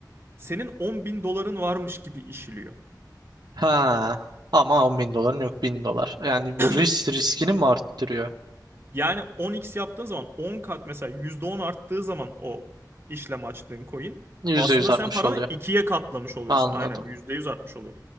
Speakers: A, on the right; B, on the right.
A: senin 10 bin doların varmış gibi işliyor.
B: Ha. Ama 10 bin doların yok 1000 dolar. Yani bu
A: <clears throat>
B: risk riskini mi arttırıyor?
A: Yani 10x yaptığın zaman 10 kat mesela %10 arttığı zaman o işlem açtığın coin
B: %100
A: aslında
B: artmış
A: sen paranı
B: oluyor.
A: ikiye katlamış oluyorsun.
B: Anladım.
A: Aynen %100 artmış oluyor.